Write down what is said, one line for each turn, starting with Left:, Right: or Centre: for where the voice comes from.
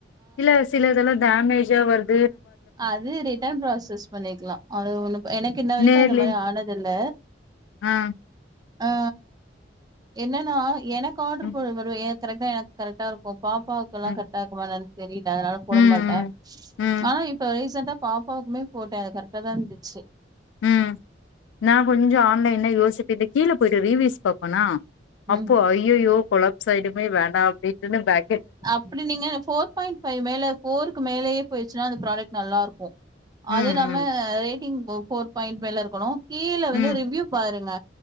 Left: இல்ல சில இதெல்லாம் டேமேஜா வரு
Right: அது ரிட்டன் ப்ராசஸ் பண்ணிக்கலாம் அது ஒன்னும் பி எனக்கு இன்ன வரைக்கும்
Left: நேர்லே
Right: அந்த மாரி ஆனதில்ல
Left: ஆ
Right: ஆ என்னன்னா எனக்கு ஆர்டர்
Left: ம்
Right: போட வருவ என் கரெட்டா எனக் கரெட்டா இருக்கும் பாப்பாவுக்குல்லாம்
Left: ம்
Right: கரெட்டா இருக்குமா? என்னான் தெரி ல அதனால போடமாட்டே
Left: ம் ம் ம்
Right: ஆனா இப் ரீசென்டா பாப்பாவுக்மே போட்ட கரெக்டாதா இருந்துச்சு
Left: ம் நா‌ கொஞ்சோ ஆன்லைன்ல யோசிப்பட்டு கீழ போயிட்டு ரீவைஸ் பாப்பனா
Right: ம்
Left: அப்போ ஐயையோ கொழப்ஸ் ஆய்டுமே வேண்டா அப்டின்டுமே <unintelligible>
Right: அப்டி நீங்க ஃபோர் பாயிண்ட் ஃபைவ் மேல ஃபோருக்கு மேலயே போயிச்சுன்னா அந்த பிராடெக்ட் நல்லாருக்கு அது
Left: ம்
Right: நம்ம
Left: ம்
Right: ரேட் ஃபோர் பாயிண்ட் மேல இருக்கணு கீழ
Left: ம்
Right: வந்து ரிவ்யூ பாருங்க